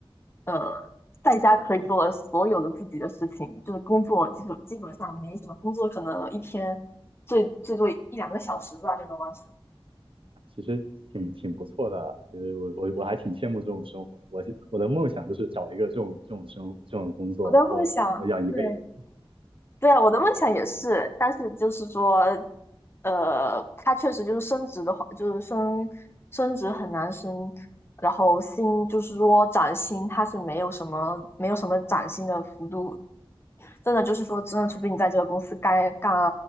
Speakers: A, on the left; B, on the right.
A: 呃，在家可以做的所有的自己的事情，就是工作基本基本上没什么工作，可能一天最最多一两个小时吧就能完成。
B: 其实挺挺不错的啊。其实我我我还挺羡慕这种生活的。我我的梦想就是找一个这种这种生活这种工作，
A: 我在梦想。
B: 然后然后要一辈子。
A: 对，对啊，我的梦想也是，但是就是说，呃，它确实就是升职的话，就是升升职很难升，然后薪就是说涨薪，它是没有什么没有什么涨薪的幅度，真的就是说，真的除非你在这个公司该干